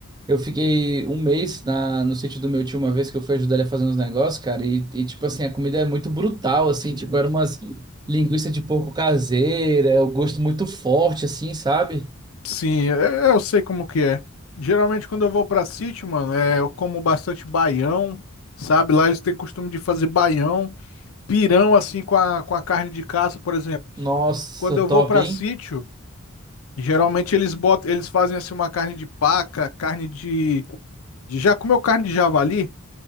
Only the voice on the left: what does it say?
Sim, eu, eu sei como que é. Geralmente quando eu vou pra sítio, mano, é, eu como bastante baião, sabe? Lá eles têm costume de fazer baião. pirão assim com a, com a carne de caça, por exemplo.
Quando eu
vou para
sítio, geralmente eles botam, eles fazem assim uma carne de paca, carne de, de já comeu carne de javali?